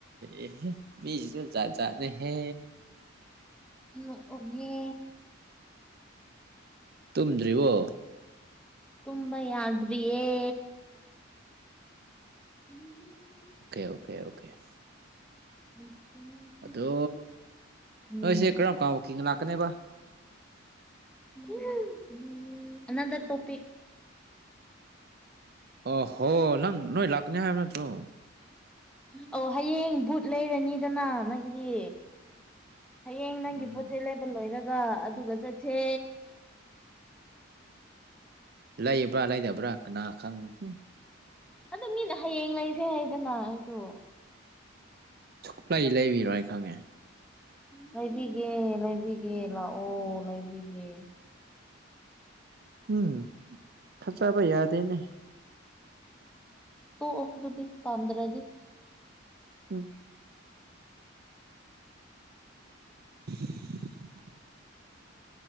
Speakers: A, on the right; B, in the centre.
A: ꯑꯦꯍꯦ ꯃꯤꯁꯤꯡꯁꯦ ꯖꯥꯠ ꯖꯥꯠꯅꯦꯍꯦ
B: ꯅꯣꯛꯑꯣꯒꯦ
A: ꯇꯨꯝꯗ꯭ꯔꯤꯕꯣ
B: ꯇꯨꯝꯕ ꯌꯥꯗ꯭ꯔꯤꯌꯦ ꯑꯦ ꯍꯨꯍꯨꯝ
A: ꯑꯣꯀꯦ ꯑꯣꯀꯦ ꯑꯣꯀꯦ
B: <unintelligible>
A: ꯑꯗꯣ
B: ꯎꯝ
A: ꯅꯣꯏꯁꯦ ꯀꯔꯝ ꯀꯥꯟ ꯋꯥꯀꯤꯡ ꯂꯥꯛꯀꯅꯦꯕ
B: <unintelligible> ꯑꯅꯥꯗꯔ ꯇꯣꯄꯤꯛ
A: ꯑꯣꯍꯣ ꯅꯪ ꯅꯣꯏ ꯂꯥꯛꯀꯅꯤ ꯍꯥꯏꯕ ꯅꯠꯇ꯭ꯔꯣ
B: ꯑꯣ ꯍꯌꯦꯡ ꯕꯨꯠ ꯂꯩꯔꯅꯤꯗꯅ ꯅꯪꯒꯤ ꯍꯌꯦꯡ ꯅꯪꯒꯤ
A: ꯎꯝ
B: ꯄꯣꯠꯆꯩ ꯂꯩꯕ ꯂꯣꯏꯔꯒ ꯑꯗꯨꯒ ꯆꯠꯁꯦ
A: ꯂꯩꯕ꯭ꯔꯥ ꯂꯩꯗꯕ꯭ꯔꯥ ꯀꯅꯥ ꯈꯪꯕꯅꯣ
B: ꯑꯗ ꯃꯤꯅ ꯍꯌꯦꯡ ꯂꯩꯁꯦ ꯍꯥꯏꯗꯅ ꯑꯩꯁꯨ
A: ꯁꯨꯛꯂꯩ ꯂꯩꯕꯤꯔꯣꯏ ꯍꯥꯏ ꯈꯪꯉꯦ
B: ꯂꯩꯕꯤꯒꯦ ꯂꯩꯕꯤꯒꯦ ꯂꯥꯛꯑꯣ ꯂꯩꯕꯤꯒꯦ
A: ꯎꯝ ꯐꯠꯖꯕ ꯌꯥꯗꯦꯅꯦ
B: ꯇꯣꯛꯑꯣ ꯑꯗꯨꯗꯤ ꯄꯥꯝꯗ꯭ꯔꯗꯤ
A: ꯎꯝ <unintelligible>